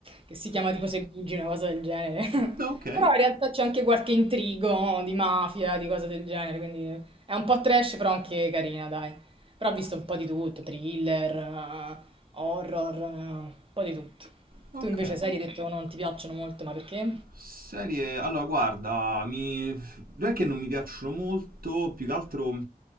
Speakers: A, on the right; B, on the right.
A: che si chiama tipo Segugi, una cosa del genere. <laughs>
B: No, Ok,
A: Però in realtà c'è anche qualche intrigo no? di mafia, di cose del genere, quindi è un po' trash però anche carina, dai. Però ho visto un po' di tutto, thriller, eh, horror, eh, un po' di tutto.
B: ok.
A: Tu invece serie hai detto non ti piacciono molto, ma perché?
B: Serie, allora guarda, mi... non è che non mi piacciono molto, più che altro